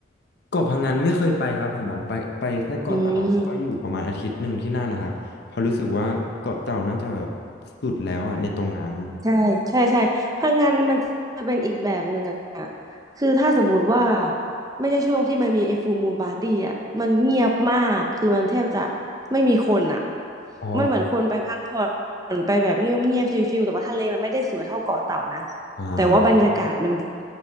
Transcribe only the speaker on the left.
เกาะพังงานไม่เคยไปครับผมอะไปไปแค่เกาะเต่าแล้วก็อยู่ประมาณอาทิตย์หนึ่งที่นั่นนะครับเพอราะรู้สึกว่าเกาะเต่าน่าจะแบบ
สุดแล้วอะในตรงนั้น
อ๋อ
อ่า